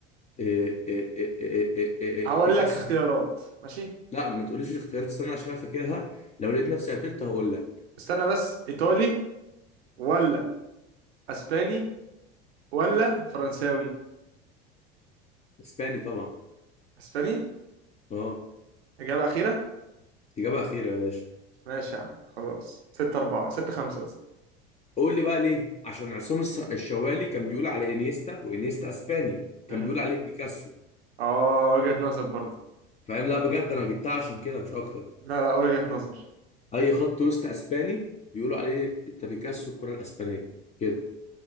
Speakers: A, on the left (about 20°); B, on the right (about 85°).
A: إيه إيه إيه إيه إيه إيه
B: هقول
A: بيكاسو
B: لك اختيارات ماشي
A: لا ما تقوليش الاختيارات استنى عشان انا فاكرها لو لقيت نفسي قتلت هقول لك
B: استنى بس ايطالي ولا اسباني ولا فرنساوي
A: اسباني طبعا
B: اسباني
A: اه
B: اجابة اخيرة
A: اجابه اخيره يا باشا
B: ماشي يا عم خلاص ستة أربعة ستة خمسة قصدي.
A: قول لي بقى ليه عشان عصام الس- الشوالي كان بيقول على انيستا وانيستا اسباني كان
B: امم
A: بيقول عليه بيكاسو
B: اه وجهة نظر برضه
A: فاهم لا بجد انا جبتها عشان كده مش اكتر
B: لا لا وجهة نظر
A: اي خط وسط اسباني بيقولوا عليه انت بيكاسو الكره الاسبانيه كده